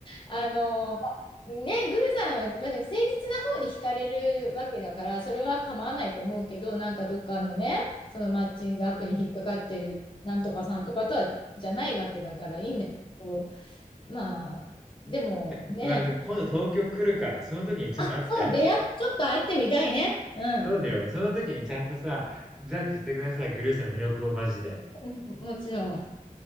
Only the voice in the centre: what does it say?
えまあでも今度東京来るから、その時にちゃんと会って。
そうだよ。その時にちゃんとさ、ジャッジしてください。グルーさんの魅力をマジで。